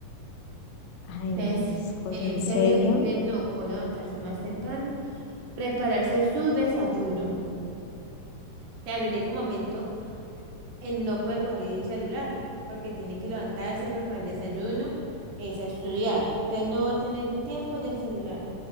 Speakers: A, on the left (about 80°); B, on the right (about 80°).
A: Ay,
B: Entonces,
A: mariscos,
B: él
A: ¿en
B: se
A: serio?
B: le, le tocó levantarse más temprano, prepararse su desayuno. Claro, en ese momento Él no puede coger el celular porque tiene que levantarse, preparar el desayuno, es a estudiar. Entonces no va a tener el tiempo del celular.